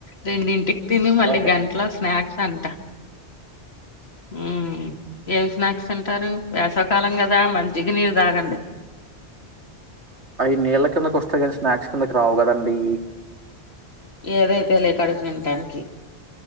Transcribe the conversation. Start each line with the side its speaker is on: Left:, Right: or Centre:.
Left: రెండింటిక్ తిని మళ్ళీ
Right: అంటే
Left: గంట్లో స్నాక్స్ అంట. ఉమ్ ఏం స్నాక్స్ తింటారు. వేసాకాలం కదా మన్జగ్నీర్ తాగండి.
Right: అయి నీళ్లక్ తెగని స్నాక్స్ కిందకి రావు కదండి.
Left: ఏదైతేలే కడుపు నింటానికి.